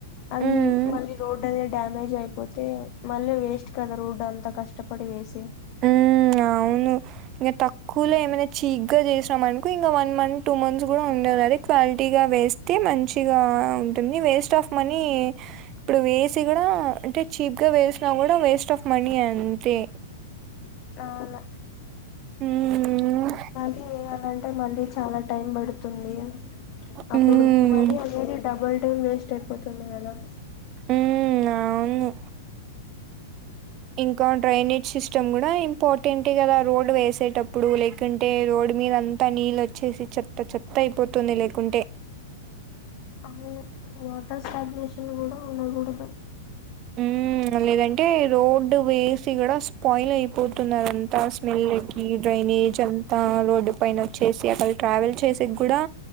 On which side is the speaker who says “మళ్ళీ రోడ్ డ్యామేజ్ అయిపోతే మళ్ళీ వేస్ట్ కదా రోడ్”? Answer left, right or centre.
Left